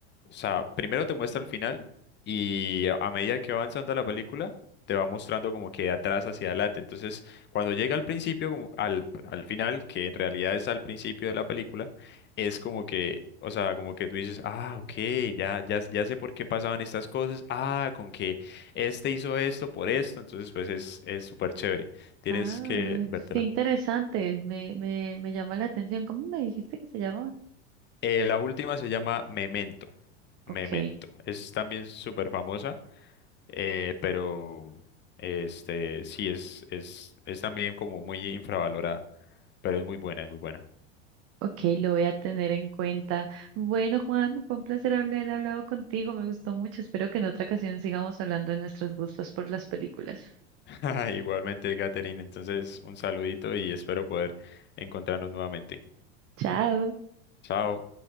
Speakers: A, on the left; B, on the right.
A: o sea, primero te muestra el final y a medida que va avanzando la película, te va mostrando como que de atrás hacia adelante. Entonces, cuando llega al principio, como al, al final, que en realidad es al principio de la película, es como que, o sea, como que tú dices, ah, ok, ya, ya, ya sé por qué pasaban estas cosas, ah, con que este hizo esto por esto, entonces pues es, es súper chévere. Tienes
B: Ah,
A: que vértela.
B: qué interesante. Me, me, me llama la atención. ¿Cómo me dijiste que se llama?
A: Eh, la última se llama Memento. Memento.
B: Ok,
A: Es también súper famosa. eh, pero este sí es, es, es también como muy infravalorada, pero es muy buena, es muy buena.
B: ok, lo voy a tener en cuenta. Bueno, Juan, fue un placer haber hablado contigo, me gustó mucho. Espero que en otra ocasión sigamos hablando de nuestros gustos por las películas.
A: <laughs> Igualmente, Catherine, entonces un saludito y espero poder encontrarnos nuevamente.
B: Chao.
A: Chao.